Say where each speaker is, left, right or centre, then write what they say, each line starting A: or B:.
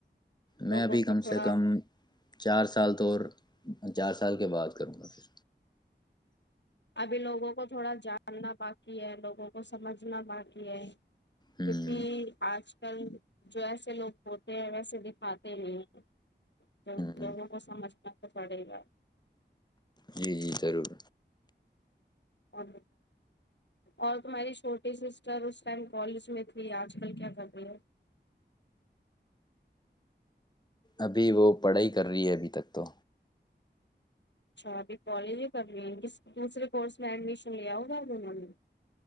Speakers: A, on the left; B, on the left.
A: میں
B: لوگوں
A: ابھی
B: کو
A: کم
B: تھوڑا
A: سے کم چار سال تو چار سال کے بعد کروں گا پھر
B: ابھی لوگوں کو تھوڑا جاننا باقی ہے لوگوں کو سمجھنا باقی ہے
A: ہوں
B: کیکھی آج کل جو ایسے لوگ ہوتے ہیں ویسے دکھاتے ہیں تو
A: ہوں
B: لوگوں کو سمجھ ت پڑے گا
A: جی جی ضرور
B: اور اور تمہاری چھوٹی سسٹر اس ٹائم کالج میں تھی آج کل کیا کر رہی ہے
A: ابھی وہ پڑھائی کر رہی ہے ابھی تک تو
B: اچھا ابھی کالج ہی کر رہ ہیں کس دوسرے کورس میں ایڈمیشن لیا ہوگا دونوں نے